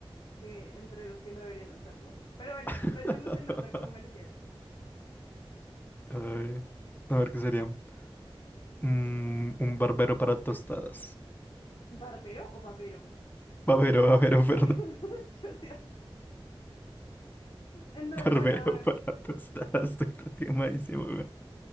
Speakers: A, on the left (about 60°); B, on the left (about 20°).
A: que, entre los que no deberían usarlo. Pero bueno,
B: <laughs>
A: pensemos en otro comercial.
B: Ay, a ver qué sería. Mm, un barbero para tostadas.
A: ¿Barbero o babero?
B: Barbero, barbero,
A: <laughs> Yo
B: <laughs> perdón.
A: sí las- Entonces,
B: Barbero
A: bueno, a ver.
B: para tostadas. Estoy rotimadísimo, weón.